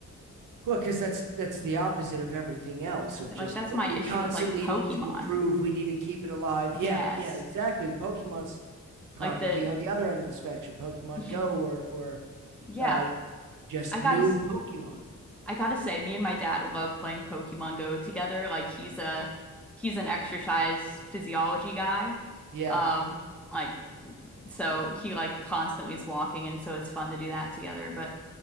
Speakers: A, on the right; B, in the centre.
A: well, because that's that's the opposite of everything else of
B: Like
A: just
B: that's
A: oh,
B: my
A: we
B: issue
A: constantly
B: with like Pokemon.
A: need to improve, we need to keep it alive.
B: Yes.
A: Yeah, yeah, exactly. Pokemon's probably
B: Like the
A: on the other end of the spectrum, Pokemon
B: <laughs>
A: Go or or
B: yeah,
A: uh just
B: I gotta
A: new Pokemon.
B: I I gotta say me and my dad love playing Pokemon Go together. Like he's a he's an exercise physiology guy.
A: Yeah.
B: Um like so he like constantly is walking and so it's fun to do that together. But